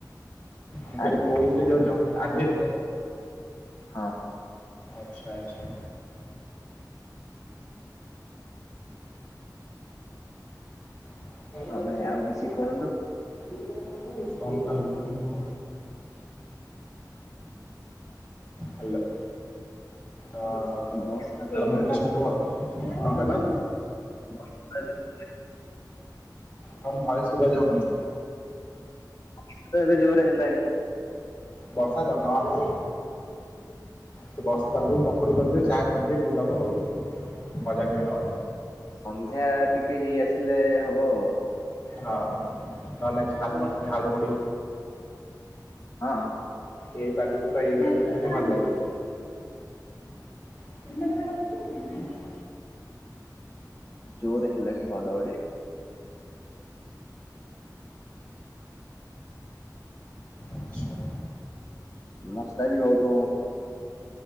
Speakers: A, on the left; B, on the left.
A: ମୁଁ କହିଲି
B: ଆର୍ମି
A: କୋଉ ଥିରେ ଯିବାକୁ ଚାହୁଁ ଆର୍ମି ରେ।
B: ହଁ
A: ଆଛା ଆଛା। <unintelligible>
B: ହଁ ଭାଇ ଆଉ କିଛି କୁହନ୍ତୁ।
A: କଁ କହିବି ତୁମେ କୁହ। ହାଲୋ ହଁ।
B: ବର୍ଷା
A: ତମେ
B: ତ ପ୍ରବଳ
A: କିଛି କୁହ କଁ କହିଲ।
B: <unintelligible>
A: ତମ ଭଏସ ଶୁଭା ଯାଉନି।
B: ଶୀତ ଏବେ ଯୋରେ ହେଲାଣି।
A: ବର୍ଷା ତ ହଁ ହଁ। ସେ ବର୍ଷା ପାଗକୁ ପକୁଡ଼ି କରିଦିଏ ଚାହା କରିଦିଏ ପିଇଦବ ଆଉ ମଜା ନିଅ ଆଉ।
B: ସନ୍ଧ୍ୟା ଟିକେ ହେଇ ଆସିଲେ ହବ ଆଉ।
A: ହଁ ନହେଲେ ଝାଲ୍ ସସ୍ ଝାଲ୍ ମୁଢି।
B: ହଁ।
A: ଏଇ ପାଗକୁ ତ ଏଇ ଭଳିଆ ଜିନିଷ ସବୁ ଭଲ ଲାଗେ। <unintelligible>
B: ଜୋର ହେଲାଣି ଘଡ଼ଘଡ଼ି।
A: ଆଚ୍ଛା
B: ମଶା ବି ବହୁତ।